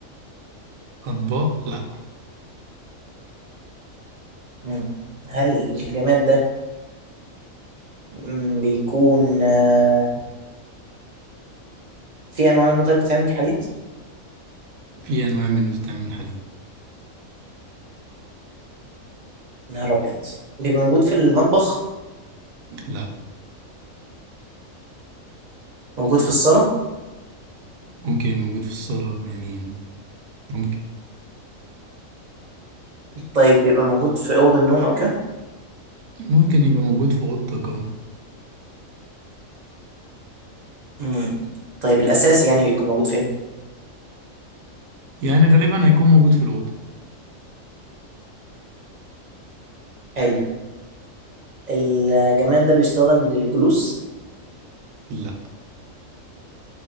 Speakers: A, on the right; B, on the right.
A: أطباق لا
B: مم. هل الجماد ده مم، بيكون آه، في انواع منه طيب بتعمل بالحديد
A: في أنواع منه بتتعمل من الحديد
B: نهار ابيض بيبقى موجود في المطبخ
A: لا
B: موجود في الصاله
A: ممكن يبقى موجود في الصالة يعني ممكن
B: طيب بيبقى موجود في اوض النوم او كده
A: ممكن يبقى موجود في اوضتك اه
B: مم. طيب الاساسي يعني بيكون موجود فين
A: يعني غالبا هيكون موجود في الاوضه
B: حلو الجماد ده بيستخدم للجلوس
A: لا